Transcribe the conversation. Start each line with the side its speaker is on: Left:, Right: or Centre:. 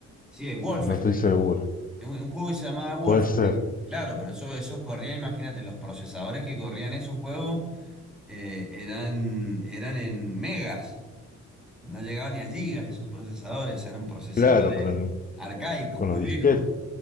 Centre: Sí, el Wolfenstein,
Left: No estoy seguro.
Centre: un, un juego que se llamaba Wolfenstein.
Left: Puede ser.
Centre: Claro, pero eso, eso corría, imagínate, los procesadores que corrían esos juegos. eh, eran, eran en megas, no llegaban ni a gigas esos procesadores, eran procesadores
Left: Claro, con el-
Centre: arcaicos,
Left: con
Centre: muy
Left: los disquetes.
Centre: viejos.